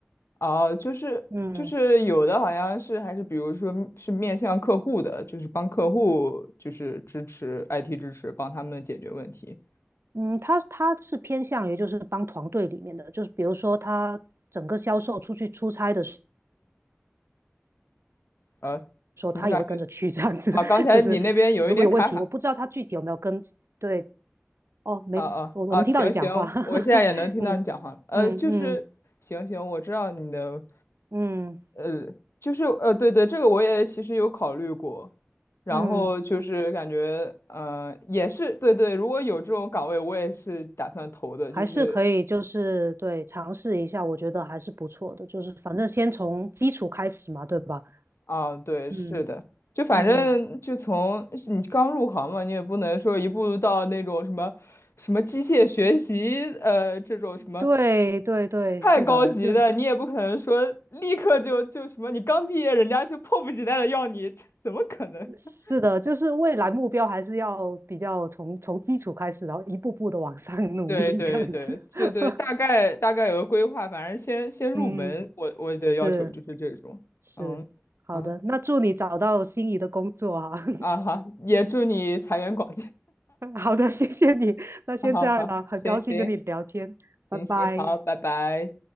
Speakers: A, on the left (about 85°); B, on the right (about 80°).
A: 啊，就是就是有的好像是还是比如说是面向客户的，
B: 嗯
A: 就是帮客户就是支持 IT 支持，帮他们解决问题。
B: 嗯，他他是偏向于就是帮团队里面的，就是比如说他整个销售出去出差的时
A: 呃，
B: 候，
A: 什么感觉？
B: 他也会跟着去这样子。
A: 啊，
B: <laughs>
A: 刚才你那边有一点卡卡。
B: 就是如果有问题，我不知道他具体有没有跟，对，哦，没，
A: 啊啊啊！
B: 我我能听到你讲话，
A: 行行，
B: <laughs>
A: 我现在也能听到你讲话了。
B: 嗯
A: 呃，
B: 嗯嗯
A: 就是行行，我知道你的，
B: 嗯嗯。
A: 呃，就是呃，对对，这个我也其实有考虑过，然后就是感觉，
B: 嗯
A: 呃，也是对对，如果有这种岗位，我也是打算投的，
B: 还是可以，
A: 就是
B: 就是对，尝试一下，我觉得还是不错的。就是反正先从基础开始嘛，对吧？
A: 啊，对，
B: 嗯
A: 是的。就反正就从是你刚入行嘛，
B: 嗯，
A: 你也不能说一步到那种什么什么机械学习，呃，这种什么。
B: 对对对，
A: 太高级的，
B: 是的，就
A: 你也不可能说立刻就就什么，你刚毕业，人家就迫不及待的要你，这怎么可能？
B: 是的，
A: <laughs>
B: 就是未来目标还是要比较从从基础开始，然后一步步的往上 <laughs> 努力，
A: 对对对，
B: 这样子。<laughs>
A: 对对，大概大概有个规划，反正先先入门，
B: 嗯，
A: 我我的要求就是这种，
B: 是是，
A: 嗯，
B: 好的，
A: 啊
B: 那祝你找到心仪的工作啊。
A: 啊哈，也祝你财源广进，
B: <laughs> 好的，谢谢你，
A: <laughs>
B: 那先这样啦，
A: 啊哈哈，行行
B: 很高兴跟你聊天，拜拜。
A: 行行，好，拜拜。